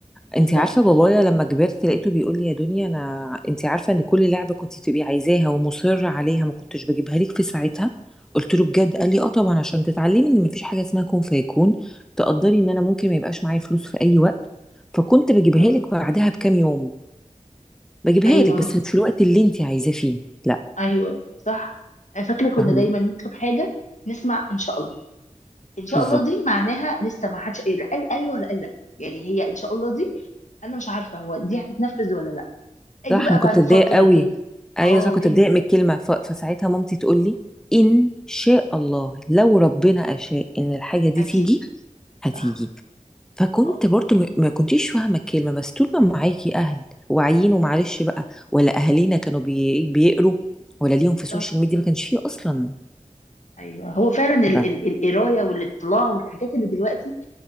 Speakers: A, on the left; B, in the centre.
A: بالظبط
B: انت عارفة بابايا لما كبرت لقيته بيقول لي يا دنيا أنا انت عارفة إن كل لعبة كنت تبقي عايزاها ومصرة عليها ما كنتش بجيبها لك في ساعتها قلت له بجد قال لي اه طبعا عشان تتعلمي ان مفيش حاجه اسمها كن فيكون تقدري ان انا ممكن ما يبقاش معايا فلوس في اي وقت فكنت بجيبها
A: بالظبط.
B: لك بعدها بكام يوم بجيبها
A: ايوه
B: لك
A: ما.
B: بس مش في الوقت اللي انت عايزاه فيه لا
A: ايوه صح أنا فاكره كنا
B: فاهمه
A: دايما نطلب حاجه نسمع ان شاء الله ان شاء
B: بالظبط
A: الله دي معناها لسه ما حدش قال قال ايوه ولا قال لا يعني هي ان شاء الله دي انا مش عارفه هو دي هتتنفذ ولا لا اجي
B: صح
A: بقى
B: انا كنت
A: بعد
B: اتضايق
A: فتره
B: قوي
A: كده
B: ايوه
A: اه
B: صح كنت
A: جدا
B: اتضايق من الكلمه ف... فساعتها مامتي تقول لي ان شاء الله لو ربنا اشاء ان الحاجه دي
A: اكيد
B: تيجي هتيجي
A: صح
B: فكنت
A: اه
B: برضو م- ما كنتيش فاهمه الكلمه بس طول ما معاكي اهل واعيين ومعلش بقى ولا اهالينا كانوا بي... بيقروا ولا ليهم
A: بالظبط
B: في السوشيال ميديا ما كانش فيه اصلا
A: ايوه هو فعلا ال-
B: ف...
A: ال- القرايه والاطلاع والحاجات اللي دلوقتي